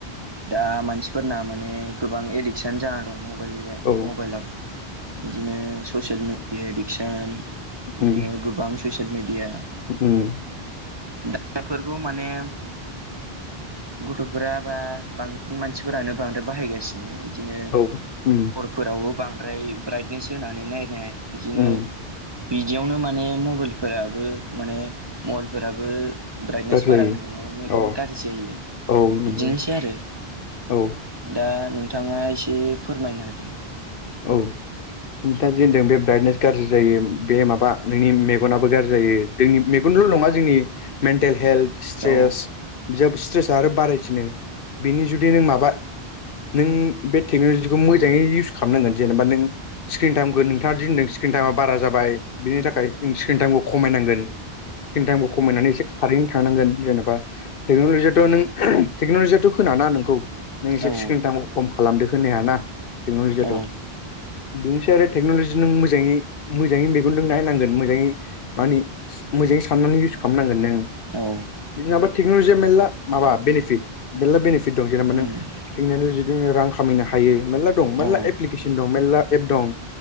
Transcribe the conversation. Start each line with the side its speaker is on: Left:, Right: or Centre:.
Right: दा मानसिफोरना माने गोबां एडिकसन जाना दं म बाइल एबा
Left: औ
Right: मबाइलाव बिदिनो ससियेल मिेडिया एडिक्सन बिदिनो
Left: उम
Right: गोबां ससियेल मिडिया
Left: उम
Right: दा बेफोरखौ माने गथ'फोरा बा बांसिन मानसिफोरानो बांद्राय बाहायगासिनो बिदिनो
Left: औ उम
Right: हरफोरावबो बांद्राय ब्राइटनेस होनानै नायनाय बिदिनो
Left: उम
Right: बिदियावनो माने मबाइलफोराबो माने मबाइलफोराबो ब्राइटनेस
Left: गाज्रि
Right: बारा
Left: जायो
Right: होनायाव मेगननो
Left: औ
Right: गाज्रि जायो
Left: औ
Right: बिदिनोसै
Left: नंगौ
Right: आरो
Left: औ
Right: दा नोंथांआ एसे फोरमायना हादों।
Left: औ नोंथांआ जे होनदों बे ब्राइटनेस गाज्रि जायो बे माबा नोंनि मे मेगनाबो गाज्रि जायो जोंनि मेगनल' नंङा जोंनि मेन्टेल हेल्थ स्ट्रेस
Right: औ
Left: बिजाब स्ट्रेसा आरो बारायसिनो बिनि जुदि नों माबा नों बे टेक्न'ल'जिखौ मोजाङै इउस खालामनांगोन जेनेबा नों स्क्रिन टाइमखौ नोंथांआ दि होनदों स्क्रिन टाइमा बारा जाबाय बिनि थाखाय जों स्क्रिन टाइमखौ खमायनांगोन। स्क्रिन टाइमखौ खमायनानै एसे खारैनो थांनांगोन जेनेबा टेक्न'लजियाथ' नों टेक्न'लजियाथ' होनाना नोंखौ। नों एसे
Right: औ
Left: स्क्रिन टाइम खम खालामदो होनो हायाना टेक्न'लजियाथ'
Right: औ
Left: बेनि सायाव आरो टेक्न'लजि नों मोजाङै मोजाङै मेगनजों नों नायनांगोन मोजाङै मानि मोजांङै साननानै इउस खालामनांगोन नों
Right: औ।
Left: माबा टेक्न'लजिया मेर्ला माबा बेनिफिट मेरला बेनिफिट दं जेनेबा
Right: दा
Left: नों टेक्न'लजि जोंनो रां खामायनो हायो मेर्ला दं मेर्ला
Right: औ
Left: एप्लिकेसन दं मेर्ला एप दं।